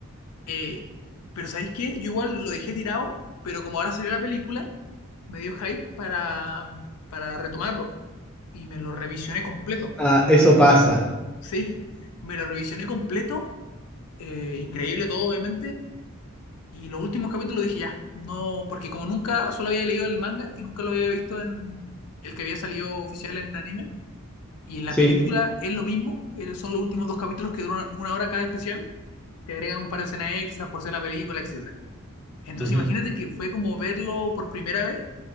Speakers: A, on the left; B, in the centre.
A: Eh, pero ¿sabéis qué? Yo igual lo dejé tirado, pero como ahora salió la película, me dio hype para, para retomarlo. Y me lo revisioné completo.
B: Ah,
A: O sea,
B: eso
A: com-
B: pasa,
A: <laughs> sí, me lo revisioné completo. eh, increíble todo, obviamente. Y los últimos capítulos dije ya, no, porque como nunca solo había leído el manga y nunca lo había visto en el que había salido oficial en anime, y en la
B: sí.
A: película es lo mismo, eh, son los últimos dos capítulos que duran una hora cada especial, te agregan un par de escenas extras por ser la película, etcétera. Entonces
B: Ujú,
A: imagínate que fue como verlo por primera vez,